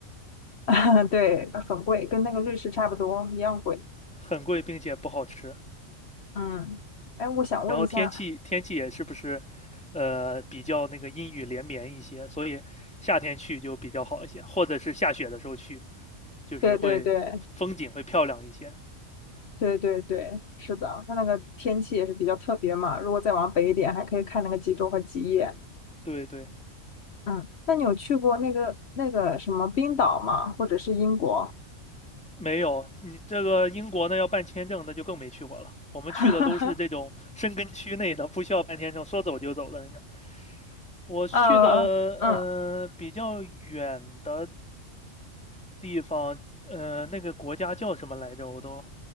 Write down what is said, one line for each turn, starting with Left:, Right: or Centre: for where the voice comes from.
Left: <laughs> 对，很贵，跟那个瑞士差不多，一样贵。
Centre: 很贵，并且不好吃。
Left: 嗯，哎，我想问一下，
Centre: 然后天气天气也是不是，呃，比较那个阴雨连绵一些，所以夏天去就比较好一些，或者是下雪的时候去，就是会风景会漂亮一些。
Left: 对对对，对对对，是的，它那个天气也是比较特别嘛。如果再往北一点，还可以看那个极昼和极夜。
Centre: 对对，
Left: 嗯，那你有去过那个那个什么冰岛吗？或者是英国？
Centre: 没有你这个英国呢要办签证，那就更没去过了。我们去的都是这种深根区内的，
Left: <laughs>
Centre: 不需要办签证，说走就走的那种。我去的呃比较远的
Left: 呃，嗯，
Centre: 地方，呃，那个国家叫什么来着？我都，